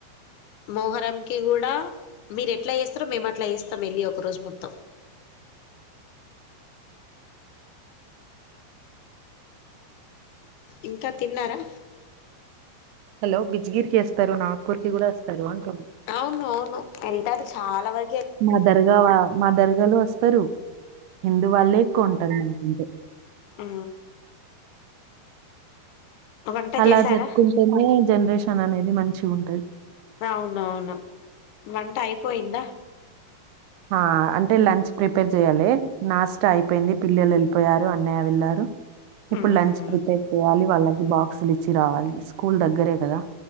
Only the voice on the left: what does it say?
మోహరం కి కూడా మీరు ఎక్క అట్లా వేస్తారో మేము అట్లా వస్తాం వెళ్ళి ఒక రోజు మొత్తం ఇంకా తిన్నారా
అవును అవును ఎల్తారు చాలా వర
ఆ వంట
చేసారా
అవునవును వంట అయిపోయిందా
మ్మ్